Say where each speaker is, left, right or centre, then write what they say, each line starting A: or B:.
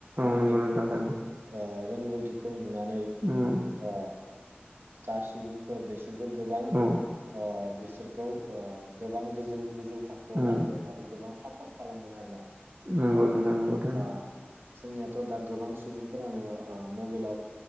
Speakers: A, on the right; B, on the right.
A: आरो
B: नंगौ
A: बेफोरनि
B: नोंथां थारैनो
A: ओ रोंगौथिखौ नुनानै
B: अम
A: आ जा सुबुंफोर बेसोरबो गोबां
B: औ
A: ओ बिसोरखौ ओ गोबां गोजौ गोजौ थाखोआव
B: उम
A: लांदों आरो गोबां सापर्ट खालामदों आरो ना
B: नंगौ
A: आरो
B: नोंथां
A: बेफोरनि
B: नंगौ थारैनो
A: ओ जोंनियाथ' दा गोबां सुबुंफोरानो ओ मबिलाव